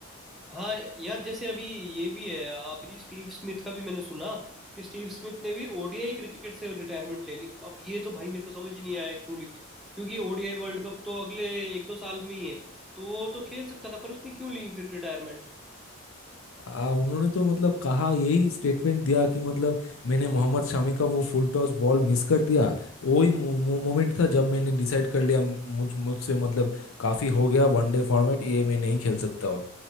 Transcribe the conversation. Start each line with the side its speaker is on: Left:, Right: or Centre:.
Centre: हाँ यार जैसे अभी ये भी है अभी स्टीव स्मिथ का भी मैंने सुना कि स्टीव स्मिथ ने भी ओडीआई क्रिकेट से रिटायरमेंट ले ली अब ये तो भाई मेरे को समझ ही नहीं आया क्यों ली क्योंकि ओडीआई world cup तो अगले एक दो साल में ही है तो वो तो खेल सकता था पर उसने क्यों ली फिर रिटायरमेंट
Left: आ, उन्होंने तो मतलब कहा यही स्टेटमेंट दिया कि मतलब मैंने मोहम्मद शामी का वो फुल टॉस बॉल मिस कर दिया वही मोमेंट था जब मैंने डिसाइड कर लिया मुझ मुझसे मतलब काफी हो गया वनडे फॉर्मेट ये मैं नहीं खेल सकता और